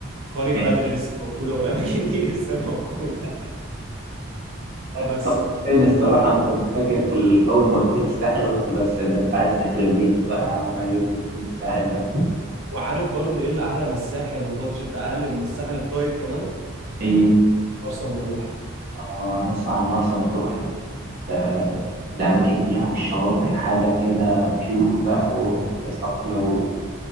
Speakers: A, on the right (about 75°); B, on the right (about 45°).
A: قرية بدر
B: ماشي
A: لسه موجودة والأماكن دي <laughs> لسه موجودة
B: انت
A: بس
B: طبقتني الصراحه انا كنت فاكر اول ما قلت لي الساحل قلت بس ده انت عايز تخرب بيتي بقى يا عم انا هجيب لك من الساحل ده
A: وعارف برضو إيه اللي أحلى من الساحل وبادجت أقل من الساحل الطيب كمان
B: ايه
A: مرسى مطروح
B: اه نسمع عن مرسى مطروح آه، الاماكن فيها والشواطئ حاجه كده بيور بقى والدنيا صافيه و...